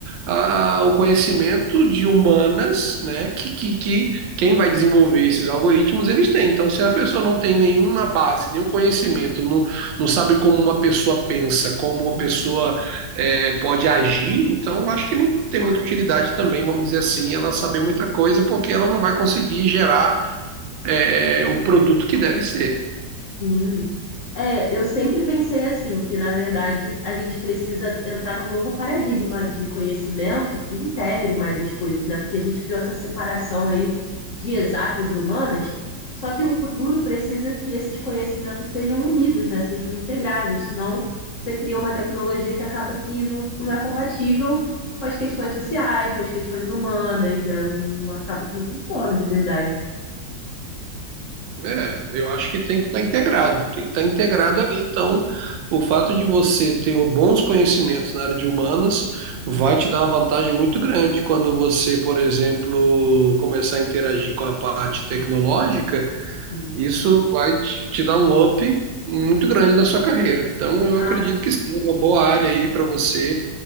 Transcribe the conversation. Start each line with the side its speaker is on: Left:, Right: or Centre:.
Right: ah, o conhecimento de humanas, né? Que, que, que quem vai desenvolver esses algoritmos eles têm. Então, se a pessoa não tem nenhuma base, nenhum conhecimento, não, não sabe como uma pessoa pensa, como uma
Left: Uhum.
Right: pessoa é, pode agir, então acho que não tem muita utilidade também, vamos dizer assim, ela saber muita coisa, porque ela não vai conseguir gerar é, o produto que deve ser.
Left: Sim. É, eu sempre pensei assim, que na verdade a gente precisa entrar num novo paradigma de conhecimento que integre mais as coisas, né? Porque a gente criou essa separação aí de exatas e humanas, só que o futuro precisa que esses conhecimentos sejam unidos, né? Sejam integrados, senão você cria uma tecnologia que acaba que não, não é compatível com as questões sociais, com as questões humanas, né? Não, acaba que não funciona de verdade.
Right: É, eu acho que tem que estar integrado, tem que estar integrado ali. Então, o fato de você ter bons conhecimentos na área de humanas
Left: Uhum,
Right: vai te dar uma vantagem muito grande quando você, por exemplo, começar a interagir com a parte tecnológica
Left: uhum, sim.
Right: Isso vai te te dar um up muito grande na sua carreira. Então, eu
Left: Ah,
Right: acredito que sim, é uma boa área aí para você